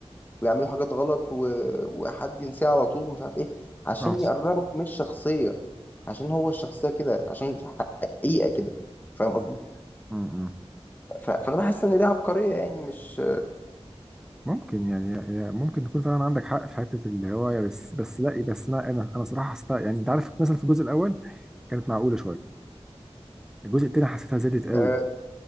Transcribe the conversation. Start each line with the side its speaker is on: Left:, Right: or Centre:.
Left: ويعملوا حاجات غلط و... وحد ينساه على طول ومش عارف ايه عشان
Centre: اه
Left: يقربك من الشخصية عشان هو الشخصية كده عشان حقيقة كده فاهم قصدي؟
Centre: م- م.
Left: ف... فأنا بحس إن دي عبقرية يعني مش
Centre: ممكن يعني يعني ممكن تكون فعلا عندك حق في حته الهوايه بس بس لا بس انا انا انا صراحه حسيتها يعني انت عارف مثلا في الجزء الاول كانت معقوله شويه الجزء التاني حسيتها زادت قوي
Left: آه،